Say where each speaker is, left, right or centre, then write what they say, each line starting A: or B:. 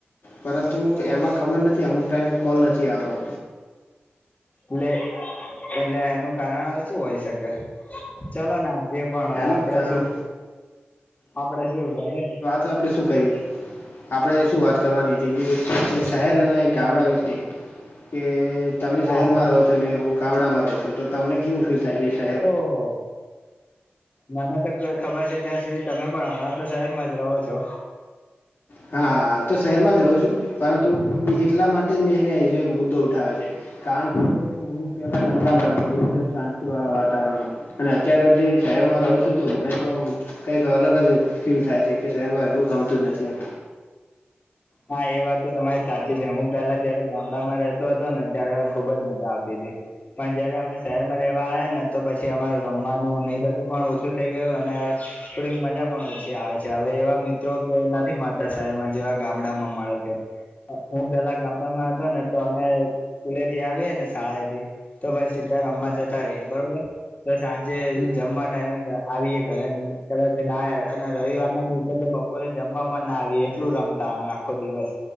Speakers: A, on the left; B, on the left.
A: પરંતુ એમાં ખબર નથી અમુક. તેમ કોલ નથી આવતો.
B: એટલે એટલે એનું કારણવે શું હોય શકે ચલો ને. જે પણ હોય
A: એનું
B: આપડે
A: કારણ
B: શું આપડે શું ભલે.
A: તો આપડે શું કહીએ. આપણે શું વાત કરવાની હતી જે શહેર અને ગામડા વિશે. કે તમે શહેરમાં
B: હા
A: રહો છો ને હું ગામડામાં રહો છું તો તમને કેવું ફીલ થાય જ.
B: ઓ. મને તો ખબર છે ત્યાં સુધી તમે પણ હમણાં તો શહેરમાં જ રહો છો.
A: હા હ તો શહેરમાં જ રહું છું પરંતુ એટલા માટે જ મેં એને મુદ્દો ઉઠાવ્યો છે. કણલા ગમડા પ એકદમ શાંતિ વાળા વાતાાવરણ. અને અત્યારે જે શહેરમાં રહું છું તો મને તો આમ. કઈ તો અલગ જ ફીલ થાય છે કે શહેર મા એવું ગમતું જ નથી એમ.
B: હા એ વાત તો તમારી સાચી છે હું પેલા જયારે ગામડામાં રહેતો હતો ને ત્યારે ખુબ જ મજા આવતી હતી. પણ જયારે અમે શહેરમાં રહેેવા આવ્યા ને તો પછી અમારું રમવાનું ને એ બધું પણ ઓછુ. થુ થઈ ગયું અને થોડી મજા પણ ઓછી આવે છે હવે એવા મિત્રો કે નથી મળતા શહેરમાં જેવા. ગામડા માં મળે છે. હું પેલા ગામડામાં હતો ને તો અમે સ્કૂલે થી આવીએ ને શાળાએથી. તો ભાઈ સીધા રમવા
A: હા
B: જતા
A: હા
B: રહીએ બરોબર તો સાંજે
A: હમ
B: જમવા. ટાઈમે આવીએ ઘરે કદાચ ના અને રવિવાર ના દિવસે તો બપોરે જમવા પણ ના આવીએ એટલું રમ તા અમે આખો દિવસ.